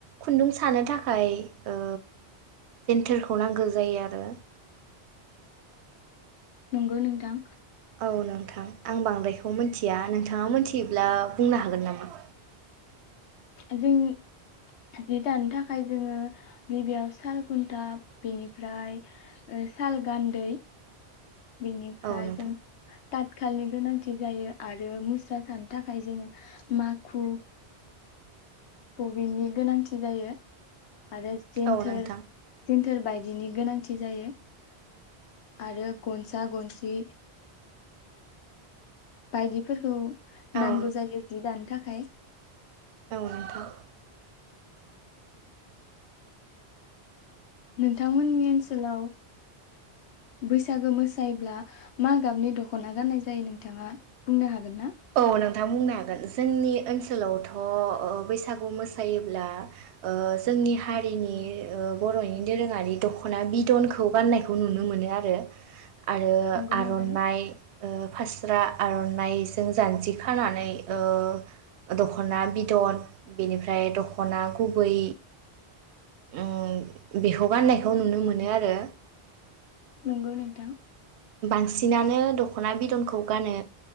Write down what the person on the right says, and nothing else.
खुन्दुं सानो थाखाय ओ जेन्थोरखौ नांगौ जायो आरो।
औ नोंथां आं बांद्रायखौ मिथिया नोंथाङा मोनथियोब्ला बुंनो हागोन नामा?
औ नोंथां
औ नोंथां
औ
औ नोंथां।
औ नोंथां बुंनो हागोन जोंनि ओनसोलावथ बैसागु मोसायोब्ला ओ जोंनि हारिनि ओ बरनि दोरोङारि दखना बिदनखौ गाननायखौ नुनो मोनो आरो आरो
आरनाइ।
ओ फास्रा आरनाइ। जों जानजि खानानै ओ दख'ना बिदन बेनिफ्राय दख'ना गुबै उम बेखौ गाननायखौ नुनो मोनो आरो।
बांसिनानो दख'ना बिदनखौ गानो